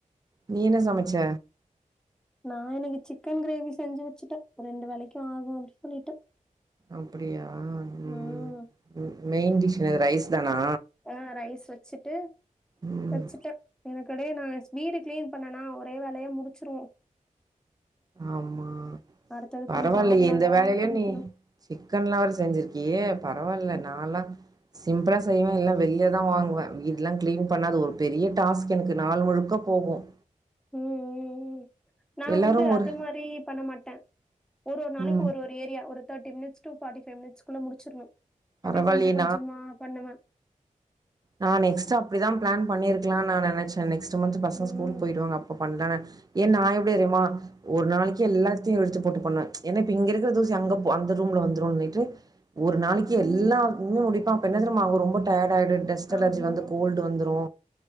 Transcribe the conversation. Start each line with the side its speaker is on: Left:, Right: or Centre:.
Right: நீ என்ன சமைச்ச?
Centre: <inaudible> நான் இன்னைக்கு சிக்கன் கிரேவி செஞ்சு வெச்சுட்ட ஒரு ரெண்டு வேலைக்கு ஆகும் அப்டினு சொல்லிட்டு
Right: அப்படியா உம்ம்ம்
Centre: ம்
Right: உம் மெயின் டிஸ் இது ரைஸ் தானா?
Centre: ஆ ரைஸ் வெச்சுட்டு
Right: ம்.
Centre: வச்சுட்ட எனக்கு அப்டியே நாங்க ஸ் வீடு கிளீன் பன்னனா ஒரே வேலையா முடிச்சிருவோம்
Right: ஆமா
Centre: அடுத்தது
Right: பரவால்லையே
Centre: போய் மாவுலா
Right: இந்த
Centre: வேற
Right: வேலைலு
Centre: ஆட்டி வைக்கணு
Right: நீ சிக்கன்ல்லா வேற செஞ்சிருக்கியே பரவால்ல
Centre: ம்
Right: நால்லா சிம்பிளா செய்வே இல்லனா வெளிய தா வாங்குவே வீடெல்லா கிளீன் பண்ணா அது ஒரு பெரிய டாஸ்க் எனக்கு நாள் முழுக்க போகும்
Centre: உம் உம் உம் நா
Right: எல்லாரும்
Centre: வந்து
Right: ஒரு
Centre: அது மாதிரி பண்ண மாட்டேன் ஒரு ஒரு நாளைக்கு
Right: ம்
Centre: ஒரு ஒரு ஏரியா ஒரு தேட்டி மினிட்ஸ் டு ஃபாட்டி ஃபைவ் மினிட்ஸ்குள்ள முடிச்சிருனு
Right: பரவாயில்லையே
Centre: அப்டி கொஞ்ச கொஞ்சமா பண்ணுவே
Right: நான் நெக்ஸ்ட்டு அப்படிதா பிளான் பண்ணிருக்கலாம்னு நா நெனச்சே நெக்ஸ்ட் இந்த மந்த் பசங்க
Centre: ம்
Right: ஸ்கூலு போய்டுவாங்க அப்ப பண்ணலன ஏ நா எப்படி எரிமா ஒரு நாளைக்கே எல்லாத்தையு இழுத்து போட்டு பண்ணுவே ஏன்ன இப்ப இங்க இருக்கிற தூசி அங்க போ அந்த ரூம்ல வந்துரும்னிட்டு ஒரு நாளைக்கு
Centre: ம்
Right: எல்லா இன்னு முடிப்பா அப்ப என்ன தெரியுமா ஆவு டயட் ஆயிடுட் அலர்ஜி
Centre: ஆமா.
Right: வந்து கோல்டு வந்துரு